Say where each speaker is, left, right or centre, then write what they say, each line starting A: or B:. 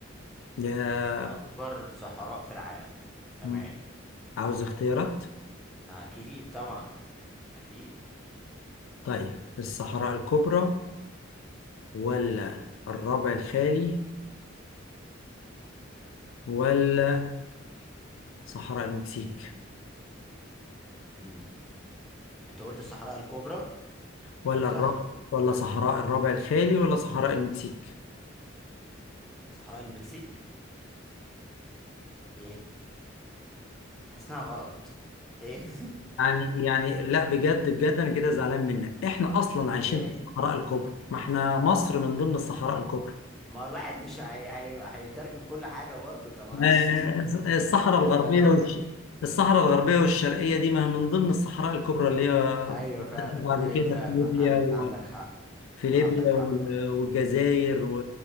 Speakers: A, on the left; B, in the centre.
A: ده
B: اكبر صحراء في العالم تمام
A: مم. عاوز اختيارات؟
B: اكيد طبعا اكيد
A: طيب الصحراء الكبرى ولا الربع الخالي ولا صحراء المكسيك
B: امم انت قلت الصحراء الكبرى
A: ولا
B: صح
A: الربع ولا صحراء الربع الخالي ولا صحراء المكسيك؟
B: صحراء المكسيك ايه حاسس انها غلط ايه
A: يعني يعني لا بجد بجد انا كده زعلان منك احنا اصلا عايشين
B: <laughs> ليه
A: في الصحراء الكبرى ما احنا مصر من ضمن الصحراء الكبرى
B: ما الواحد مش هي... هي... هيترجم كل حاجه برضو طب ما أنا
A: آه،
B: <laughs>
A: الصحراء
B: لازم
A: الغربيه
B: يعمل
A: والش... الصحراء الغربيه والشرقيه دي ما هي من ضمن الصحراء الكبرى اللي هي
B: ايوه فعلا
A: بعد
B: ايوه
A: كده
B: فعلا
A: في ليبيا
B: عند...
A: وفي
B: عندك حق
A: ليبيا
B: عندك حق
A: وال- والجزائر و-